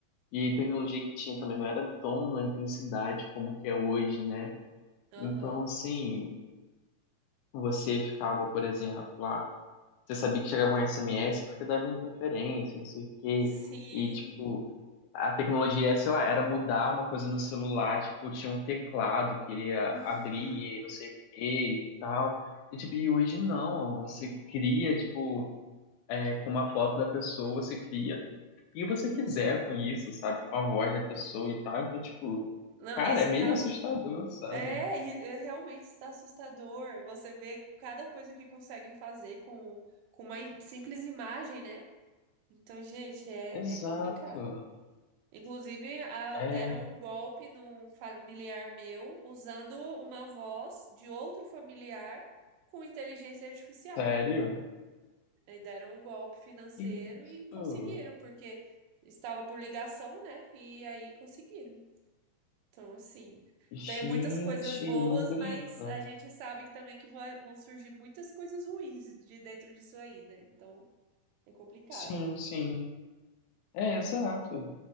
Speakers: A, on the left; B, on the right.
A: E a tecnologia que tinha também não era tão na intensidade como que é hoje, né?
B: Aham,
A: Então, assim, você ficava, por exemplo, lá, você sabia que chegava um SMS porque dava interferência, não sei o quê.
B: sim,
A: E, tipo, a tecnologia, sei lá, era mudar uma coisa no celular, tipo, tinha um teclado que ele a-
B: uhum.
A: abria e não sei o que e tal. E, tipo, e hoje não, você cria, tipo, é, com uma foto da pessoa, você cria o que você quiser com isso, sabe? Com a voz da pessoa e tal. Então, tipo,
B: Não,
A: cara,
B: isso
A: é meio
B: tá...
A: assustador, sabe?
B: É, e- é, realmente está assustador. Você vê cada coisa que conseguem fazer com, com uma im- simples imagem, né? Então, gente, é,
A: Exato.
B: é complicado. Inclusive, a-
A: É,
B: deram um golpe num familiar meu usando uma voz de outro familiar com inteligência artificial.
A: sério?
B: E deram um golpe financeiro
A: Isso.
B: e conseguiram, porque estava por ligação, né? E aí conseguiram. Então, assim,
A: Gente,
B: tem muitas coisas boas,
A: não brinca.
B: mas a gente sabe também que vai- vão surgir muitas coisas ruins de dentro disso aí, né? Então, é complicado.
A: Sim, sim. É, exato.